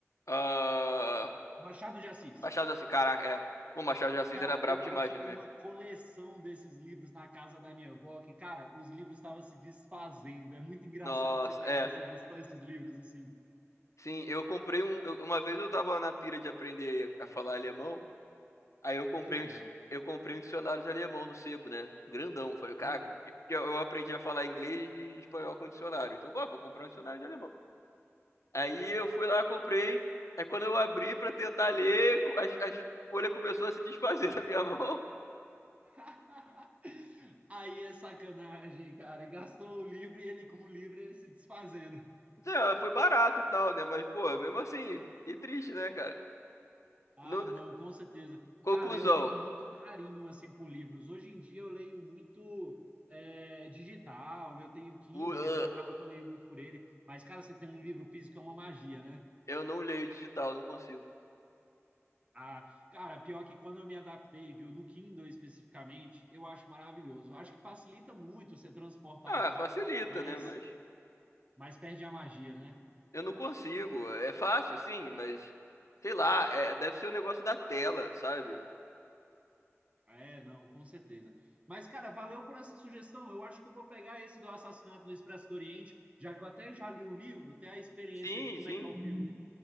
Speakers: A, on the left; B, on the right.
A: Ah,
B: Machado de Assis.
A: Machado de Assis, caraca, é. Bom, Machado de Assis
B: Cara,
A: era brabo
B: eu
A: demais
B: achei
A: né, mesmo.
B: uma coleção desses livros na casa da minha avó, que, cara, os livros estavam se desfazendo. É muito engraçado
A: Nossa,
B: você pegar
A: é.
B: esses, esses livros assim.
A: Sim, eu comprei um. eu- uma vez eu tava na pira de aprender a falar alemão, aí eu comprei
B: Que legal.
A: um, dic- eu comprei um dicionário de alemão no sebo, né? Grandão. Falei, caraca,
B: Ah.
A: eu, eu aprendi a falar inglês e espanhol com dicionário. Então, vá, vou comprar um dicionário de alemão. Aí eu fui lá, comprei. Aí quando eu abri pra tentar ler, co- as, as folhas começou a se desfazer <laughs> da minha mão.
B: <laughs> Aí é sacanagem, cara. Gastou o livro e ele, com o livro, ele se desfazendo.
A: Então, foi barato e tal, né? Mas, pô, mesmo assim, que triste, né, cara?
B: Ah,
A: Não,
B: não, com certeza.
A: Conclusão.
B: Cara, eu tenho muito carinho assim por livros. Hoje em dia eu leio muito é, digital, eu tenho Kindle,
A: O- ah,
B: então acaba que eu leio muito por ele. Mas, cara, você tem um livro físico é uma magia, né?
A: eu não leio digital, não consigo.
B: Ah, cara, pior que quando eu me adaptei, viu, no Kindle especificamente, eu acho maravilhoso. Eu acho que facilita muito você transportar
A: Ah,
B: e tal,
A: facilita,
B: mas,
A: né? Mas
B: mas perde a magia, né?
A: eu não consigo. É fácil, sim, mas sei lá, é- deve ser um negócio da tela, sabe?
B: É, não, com certeza. Mas, cara, valeu por essa sugestão. Eu acho que eu vou pegar esse do Assassinato no Expresso do Oriente, já que eu até já li o livro, ter a experiência
A: Sim,
B: de como
A: sim.
B: é que é o filme.